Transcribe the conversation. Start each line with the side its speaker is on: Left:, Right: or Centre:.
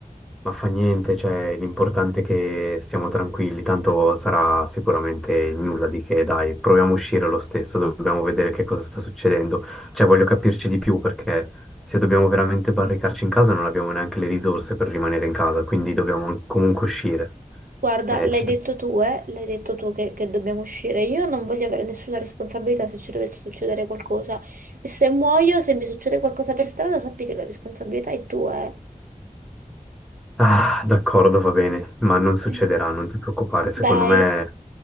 Centre: Ma fa niente, cioè, l'importante è che stiamo tranquilli, tanto sarà sicuramente nulla di che, dai, proviamo a uscire lo stesso, dobbiamo vedere che cosa sta succedendo. Cioè, voglio capirci di più perché se dobbiamo veramente barricarci in casa non abbiamo neanche le risorse per rimanere in casa, quindi dobbiamo comunque uscire.
Right: Guarda,
Centre: Eh,
Right: l'hai
Centre: ci...
Right: detto tu, eh? L'hai detto tu che, che dobbiamo uscire. Io non voglio avere nessuna responsabilità se ci dovesse succedere qualcosa. E se muoio, se mi succede qualcosa per strada, sappi che la responsabilità è tua, eh.
Centre: Ah, d'accordo, va bene, ma non succederà,
Right: Eh,
Centre: non ti preoccupare, secondo
Right: Dai,
Centre: me